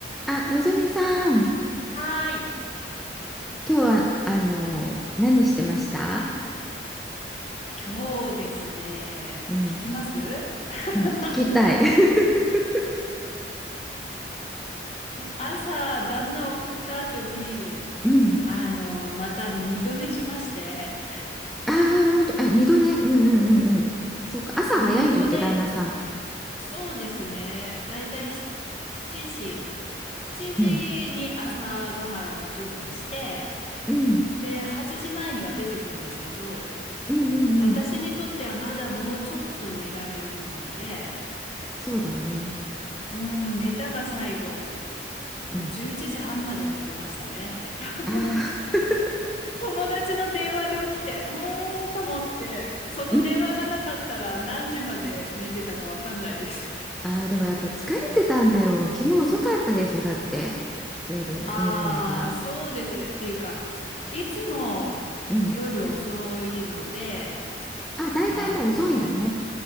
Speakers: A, in the centre; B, on the left.
A: あ、のぞみさん、
B: はーい。
A: 今日はあの何してました？
B: 今日ですね、
A: うん、
B: 聞きます <laughs>
A: うん、聞きたい。
B: あの、
A: <laughs>
B: 朝、旦那送った後に、
A: うん。
B: あの、また二度寝しまして、
A: ああ、本当、あ、二度寝。うんうんうんうん。そっか、
B: <laughs>
A: 朝早いんだっけ、
B: 二度寝、
A: 旦那さん。
B: そうですね、だいたいし7時、7時に朝ごはん準備して、
A: うん、うん、
B: で、8時前には出てくんですけど、
A: うんうんうん。
B: 私にとってはまだもうちょっと寝られると思って、
A: そうだね。
B: うん、寝たが最後。もう11時半まで寝てましたね。
A: うん。
B: <laughs>
A: ああ、
B: 友達の電話で起きて、うーんと思って、その電話がなかったら何時まで寝てたかわかんないです。
A: うん。ああ、でもやっぱ疲れてたんだよ。昨日遅かったでしょ、だって。夜寝るのが。
B: ああ、そうですね。っていうか、いつも夜遅いので、
A: うん。あ、大体もう遅いんだね。
B: あの、